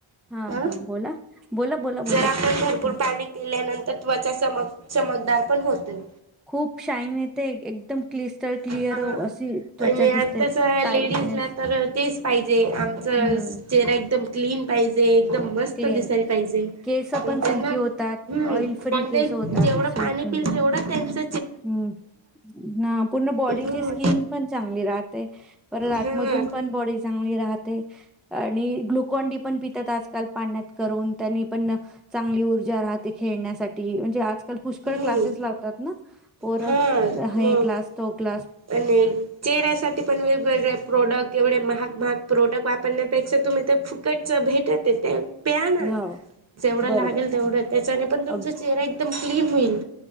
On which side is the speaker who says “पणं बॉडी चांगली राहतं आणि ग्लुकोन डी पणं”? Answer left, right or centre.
Centre